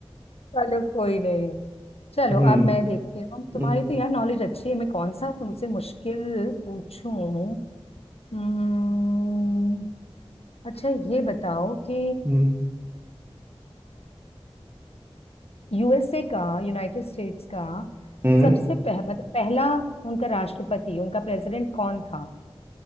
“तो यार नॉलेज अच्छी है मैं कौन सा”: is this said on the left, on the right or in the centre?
Left